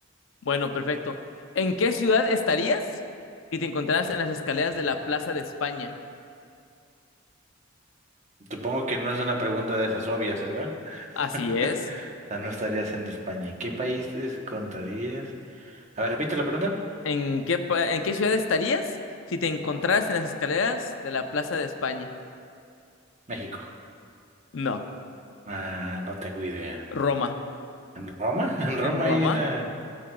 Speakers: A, on the left; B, on the right.
A: Bueno, perfecto. ¿En qué ciudad estarías si te encontraras en las escaleras de la Plaza de España?
B: Supongo que no es una pregunta de esas obvias, ¿verdad?
A: Así
B: <laughs>
A: es.
B: O sea, no estarías en España. ¿En qué país te encontrarías? A ver, repite la pregunta.
A: ¿En qué, pa- en qué ciudad estarías si te encontraras en las escaleras de la Plaza de España?
B: México.
A: No,
B: Ah, no tengo idea.
A: Roma.
B: ¿En Roma? <laughs> ¿En Roma
A: ¿En Roma?
B: hay una,